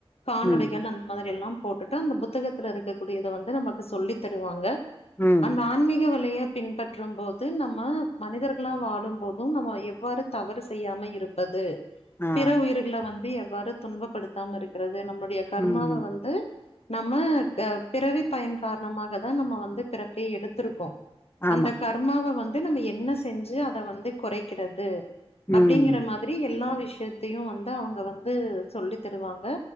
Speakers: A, on the left; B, on the left.
A: காணொளிகள்
B: ம்
A: அந்த மாதிரி எல்லாம் போட்டுட்டு அந்த புத்தகத்துல இருக்கக்கூடியத வந்து நமக்கு சொல்லி தருவாங்க
B: ம்
A: அந்த ஆன்மீக வலைய பின்பற்றும் போது நம்ம மனிதர்களா வாழும் போது நம்ம எவ்வாறு தவறு செய்யாம இருப் பது
B: ஆ
A: பிற உயிர்கள வந்து எவ்வாறு துன்பப்படுத்தாம இருக்கற து நம்மளுடைய கர்மாவ
B: ம்
A: வந்து நம்ம பிறவி பயன் காரணமாக தா நம்ம வந்து பிறப்பே எடுத்துருக்கோ
B: ஆமா
A: அந்த கர்மாவ வந் து நம்ம என்ன செஞ்சு அத வந்து குறைக்கிறது அப்டிங்கற
B: ம்
A: மாத் எல்லா விஷயத்தையு வந்து அவங்க வந்து சொல்லி தருவாங்க